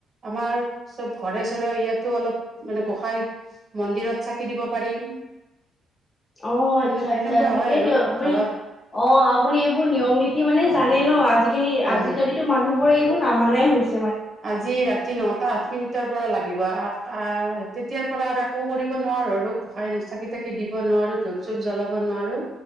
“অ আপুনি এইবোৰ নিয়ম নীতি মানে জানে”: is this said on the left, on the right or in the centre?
Left